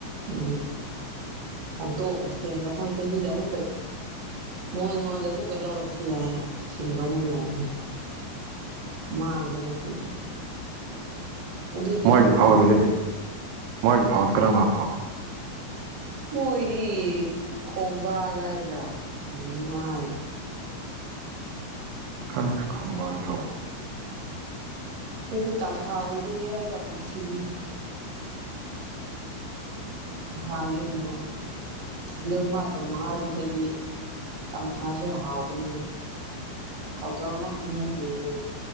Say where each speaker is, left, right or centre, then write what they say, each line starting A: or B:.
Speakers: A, on the right; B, on the right.
A: ꯎꯝ ꯍꯣꯡꯇꯣꯛꯂꯁꯦ ꯃꯊꯪ ꯆꯍꯤꯗ ꯑꯃꯨꯛꯀ ꯃꯣꯏꯉꯣꯟꯗ ꯑꯃꯨꯛꯀ ꯂꯧꯔꯁꯨ ꯌꯥꯏꯅ ꯁꯤꯟꯕ ꯑꯃꯨꯛ ꯌꯥꯏꯅ ꯃꯥꯡꯕ ꯅꯠꯇꯦꯅ ꯑꯗꯨꯗꯤ
B: ꯃꯣꯏꯒꯤ
A: ꯑꯗꯨꯝ ꯍꯥꯎꯕꯅꯦ
B: ꯐꯧꯗꯤ ꯃꯣꯏꯒꯤ ꯐꯥꯎꯗꯣ ꯀꯔꯝꯕ ꯐꯧ
A: ꯃꯣꯏꯗꯤ ꯈꯣꯡꯕꯥꯜ ꯍꯥꯏꯕ꯭ꯔꯥ ꯀꯔꯤꯅꯣꯝꯃ ꯍꯥꯏꯅꯦ
B: ꯈꯉꯦ ꯈꯣꯡꯕꯥꯟ ꯐ꯭ꯂꯣ
A: ꯗꯨꯗꯤ ꯇꯝꯐꯥ ꯎꯗ꯭ꯔꯒꯤ ꯍꯥꯏꯕ꯭ꯔ ꯀꯨꯝꯁꯤꯗꯤ ꯇꯝꯐꯥꯒꯤ ꯀꯩꯅꯣ ꯑꯗꯨ ꯃꯥ ꯇꯧꯅ ꯍꯥꯏꯕꯗꯗꯤ ꯇꯝꯐꯥꯁꯨ ꯍꯥꯎꯕꯅꯤ ꯍꯥꯎꯇꯕꯃꯛꯇꯤ ꯅꯠꯇꯦꯍꯦ